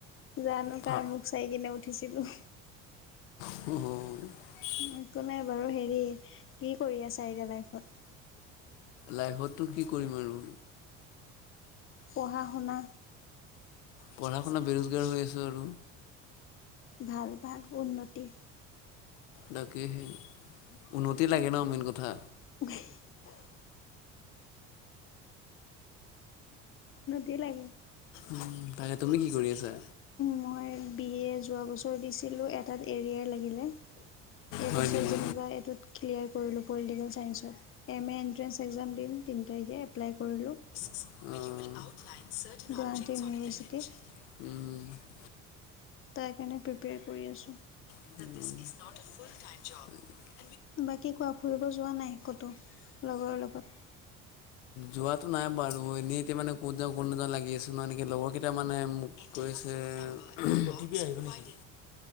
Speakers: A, on the left; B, on the left.
A: জানো
B: ভা
A: কাৰ মুখ চাই কিনে উঠিছিলো।
B: অ
A: একো নাই বাৰু, হেৰি কি কৰি আছা এতিয়া লাইফত?
B: লাইফতটো কি কৰিম আৰু।
A: পঢ়া শুনা।
B: পঢ়া শুনা বেৰোজগাৰ হৈ আছো আৰু।
A: ভাল ভাল উন্নতি
B: তাকে সে উন্নতি লাগে ন মেইন কথা
A: <unintelligible> দিলে গে।
B: উ তাকে, তুমি কি কৰি আছা?
A: মই বি এ যোৱা বছৰ দিছিলো এটাত এৰিয়ে লাগিলে এইবছৰ
B: হয় নেকি
A: যেনিবা এইটোত ক্লিয়াৰ কৰিলো। পলিটিকেল ছাইসত এম এ এণ্ট্ৰেস এক্সাম দিম তিনি তাৰিখে এপ্লাই কৰিলোঁ।
B: উম
A: গুৱাহাটী
B: উম
A: ইউনিভাৰ্চিটিত তাৰ কাৰণে প্ৰিপেয়াৰ কৰি আছোঁ।
B: <inaudible>
A: বাকী কোৱা, ফুৰিব যোৱা নাই ক'তো, লগৰ লগত?
B: যোৱাটো নাই বাৰু। অ'! এনেই এতিয়া মানে, ক'ত যাওঁ, ক'ত নাযাওঁ লাগি আছে। নহয় এনেকে, লগৰকেইটা মানে, মোক কৈছে। <unintelligible> আহিব নেকি?